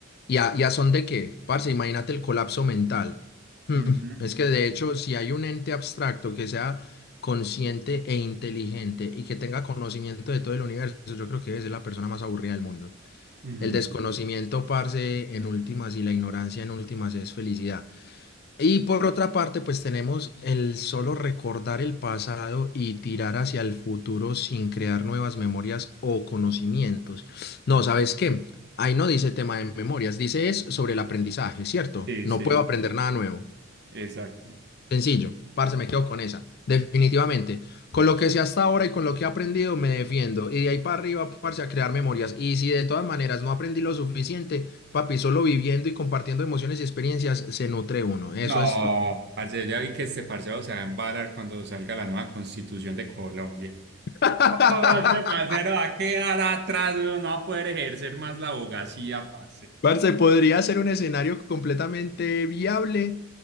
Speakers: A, on the left; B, on the right.
A: ¿Y a, y a son de qué? Parce, imagínate el colapso mental. Hmm,
B: Ujú,
A: Es que de hecho, si hay un ente abstracto que sea consciente e inteligente y que tenga conocimiento de todo el universo, yo creo que es la persona más aburrida del mundo.
B: ujú.
A: El desconocimiento, parce, en últimas y la ignorancia en últimas es felicidad. Y por otra parte, pues tenemos el solo recordar el pasado y tirar hacia el futuro sin crear nuevas memorias o conocimientos. No, ¿sabes qué? Ahí no dice tema de memorias, dice es sobre el aprendizaje, ¿cierto?
B: Sí,
A: No
B: sí,
A: puedo aprender nada nuevo.
B: exacto.
A: Sencillo, parce, me quedo con esa. Definitivamente. Con lo que sé hasta ahora y con lo que he aprendido, me defiendo. Y de ahí para arriba, parce, a crear memorias. Y si de todas maneras no aprendí lo suficiente, papi, solo viviendo y compartiendo emociones y experiencias se nutre uno. Eso
B: No,
A: es todo.
B: parce, ya vi que este parcero se va a embalar cuando salga la nueva constitución de Colombia.
A: <laughs>
B: Oh, este parcero va a quedar atrás, weón, no va a poder ejercer más la abogacía, parce.
A: Parce, podría ser un escenario completamente viable,